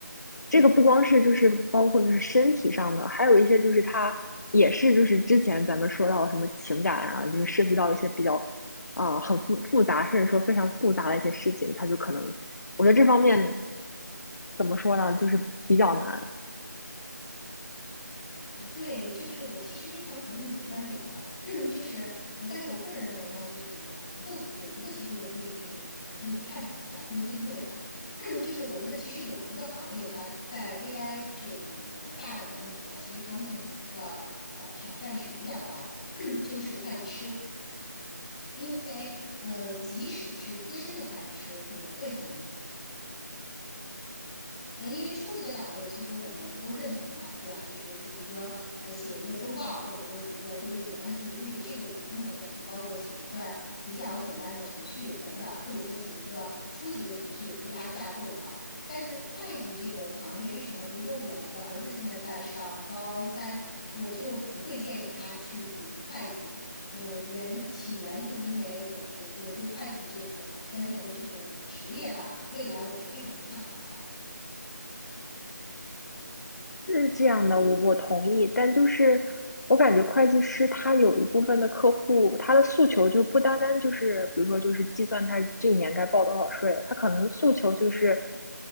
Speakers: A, on the left (about 60°); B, on the left (about 20°).
A: 这个不光是就是包括就是身体上的，还有一些就是他也是就是之前咱们说到的什么情感啊，就是涉及到一些比较啊、很复复杂，甚至说非常复杂的一些事情，他就可能我觉得这方面怎么说呢，就是比较难。
B: 呃对，就是我其实非常同意你的观点啊，<clears throat> 就是呃，但是我个人认为呢，就是有一个有一个，其实我可以给你呃跟你探讨一下，不一定对哈、<clears throat> 就是我觉得其实有一个行业，它在 AI 这个呃大的环境底下，其实它面临的呃挑战是比较大的，<clears throat> 就是会计师，因为呃即使是资深的会计师也会很难，呃，因为初级的岗位其实我们都认同嘛，对吧？就是呃比如说呃写一个周报，或者说写一个做一个简单的数据分析，这个我们都能认同，包括写一段比较简单的程序等等，或者说写一个初级的程序不搭架构的话。但是会计这个行业为什么？比如说我的儿子现在在上高三，我就不会建议他去读会计。呃，原起源就因为我觉得我对会计这个专业或这个职业吧，未来我是非常不看好的。
A: 是这样的，我我同意，但就是我感觉会计师他有一部分的客户，他的诉求就不单单就是，比如说就是计算他这一年该报多少税，他可能诉求就是